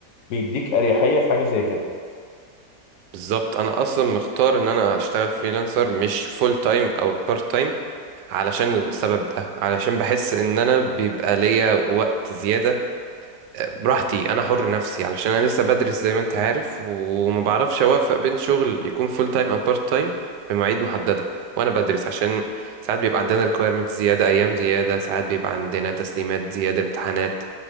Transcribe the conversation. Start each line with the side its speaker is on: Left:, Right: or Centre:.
Left: بيديك اريحيه في حاجه زي كده
Right: بالظبط انا اصلا مختار ان انا اشتغل فريلانسر مش فول تايم او بارت تايم علشان السبب ده علشان بحس ان انا بيبقى ليا وقت زياده براحتي انا حر نفسي علشان انا لسه بدرس زي ما انت عارف وما بعرفش اوفق بين شغل يكون فول تايم او بارت تايم بمواعيد محدده وانا بدرس عشان ساعات بيبقى عندنا ريكويرمنت زياده ايام زياده ساعات بيبقى عندنا تسليمات زياده امتحانات